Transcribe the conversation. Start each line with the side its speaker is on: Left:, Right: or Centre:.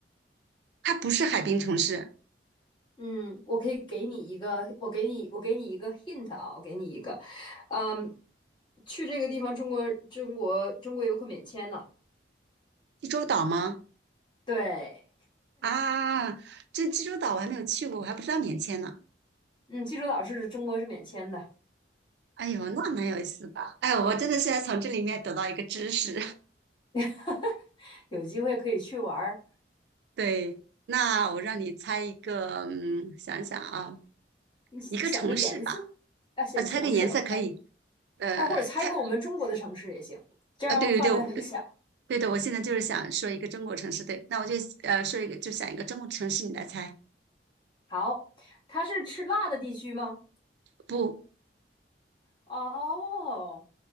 Right: 它不是海滨城市，
Left: 嗯，我可以给你一个，我给你，我给你一个 hint 啊，我给你一个，嗯，去这个地方，中国中国中国游客免签呢、
Right: 济州岛吗？
Left: 对，
Right: 啊，这济州岛我还没有去过，我还不知道免签呢。
Left: 嗯，济州岛是中国是免签的，
Right: 哎呦，那蛮有意思的。哎，我真的是要从这里面得到一个知识。
Left: <laughs> 有机会可以去玩儿。
Right: 对，那我让你猜一个，嗯，想想啊，
Left: 你想个颜色，
Right: 一个城市吧，
Left: 啊，选城市，OK，
Right: 啊，猜个颜色可以，呃，
Left: 哎，或者猜个我们中国的城市也行，
Right: 猜，
Left: 这样范围很小。
Right: 啊，对对对，我对对的，我现在就是想说一个中国城市，对，那我就呃说一个，就想一个中国城市，你来猜，
Left: 好，它是吃辣的地区吗？
Right: 不，
Left: 哦，